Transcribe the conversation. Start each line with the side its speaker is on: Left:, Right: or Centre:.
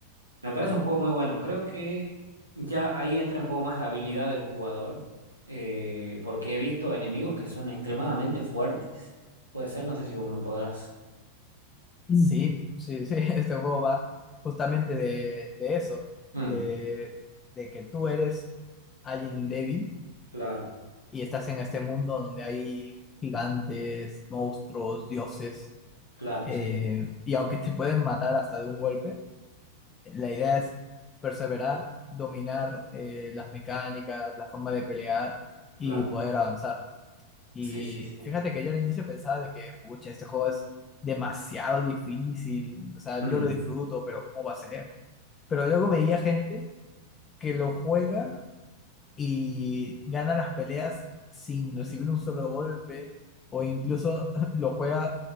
Right: me parece un juego muy bueno. Creo que ya ahí entra en juego más la habilidad del jugador, eh, porque he visto enemigos que son extremadamente fuertes. Puede ser, no sé si vos me podrás.
Left: Mm. Sí, sí, sí, <laughs> este juego va justamente de, de eso,
Right: Mm,
Left: de, de que tú eres alguien débil
Right: claro,
Left: y estás en este mundo donde hay gigantes, monstruos, dioses,
Right: claro,
Left: eh,
Right: sí, sí,
Left: y aunque te pueden matar hasta de un golpe, La idea es perseverar, dominar eh, las mecánicas, la forma de pelear y
Right: claro.
Left: poder avanzar. Y
Right: Sí, sí, sí.
Left: fíjate que yo al inicio pensaba de que, pucha, este juego es demasiado difícil, o sea,
Right: Mm.
Left: yo lo disfruto, pero ¿cómo va a ser? Pero luego veía gente que lo juega y gana las peleas sin recibir un solo golpe, o incluso <laughs> lo juega,